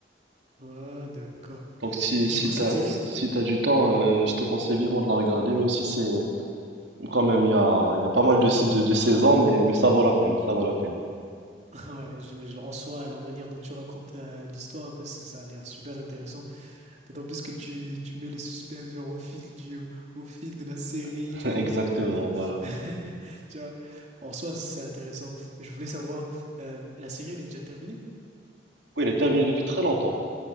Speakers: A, on the right (about 40°); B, on the right (about 80°).
A: Ah, d'accord.
B: Donc si,
A: Et du
B: si
A: coup, cette
B: t'as,
A: série,
B: si t'as du temps, euh, je te conseille vivement de la regarder, même si c'est, quand même, il y a, il y a pas mal de, sais- de, de saisons, mais, mais ça vaut la peine, ça vaut la peine.
A: <laughs> Ouais, j'imagine. En soi, la manière dont tu racontes euh, l'histoire, un peu, c'est- ça a l'air super intéressant. D'autant plus que tu, tu mets le suspense genre au fil du, au, fil de la série,
B: <laughs>
A: tu
B: Exactement,
A: comprendras.
B: voilà.
A: <laughs> Tu vois, en soi, c'est intéressant. Mais Je voulais savoir, euh, la série, elle est déjà terminée?
B: Oui, elle est terminée depuis très longtemps,